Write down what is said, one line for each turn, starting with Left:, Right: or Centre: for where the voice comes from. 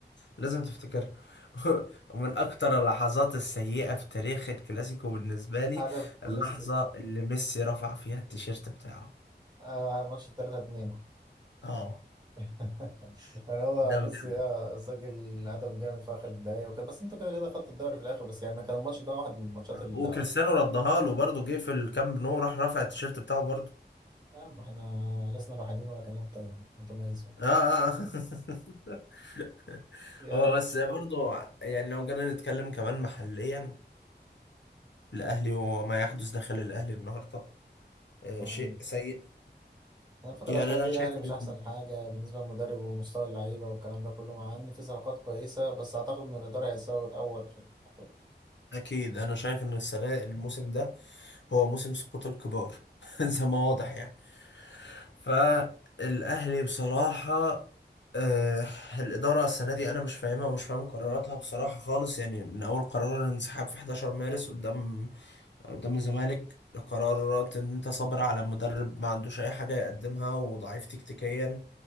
Left: فلازم تفتكرها <laughs> ومن اكتر اللحظات السيئه في تاريخ الكلاسيكو بالنسبه لي
Right: هدف
Left: اللحظه
Right: ميسي
Left: اللي ميسي رفع فيها التيشيرت بتاعه
Right: آه ماتش 3 2
Left: اه
Right: <laughs> يعني هو
Left: ده بجد
Right: ميسي اه سجل هدف جامد في اخر الدقايق وكده بس انتوا كده كده خدتوا الدوري في الاخر بس يعني كان الماتش ده واحد من الماتشات ال
Left: وكريستيانو ردها له برضه جه في الكامب نو راح رافع التيشيرت بتاعه برضه
Right: آه، ما احنا لسنا الوحيدين ولا كان مت- متميزون
Left: اه اه آه. <laughs>
Right: يعني
Left: هو بس برضه يعني لو جينا نتكلم كمان محليا الاهلي وما يحدث داخل الاهلي النهارده آه
Right: آه.
Left: شيء سيء
Right: يعني الفترة
Left: يعني
Right: الأخيرة
Left: انا
Right: دي الأهلي
Left: شايف
Right: مش
Left: إن-
Right: أحسن حاجة بالنسبة للمدرب ومستوى اللعيبة والكلام ده كله مع إن في صفقات كويسة بس أعتقد إن الإدارة هيساوي الأول في الموضوع.
Left: اكيد انا شايف ان السنه الموسم ده هو موسم سقوط الكبار <laughs> زي ما واضح يعني فالاهلي بصراحه آه، الإدارة السنة دي أنا مش فاهمها ومش فاهم قراراتها بصراحة خالص يعني من أول قرار الانسحاب في 11 مارس قدام قدام الزمالك لقرارات إن أنت صابر على مدرب ما عندوش أي حاجة يقدمها وضعيف تكتيكيا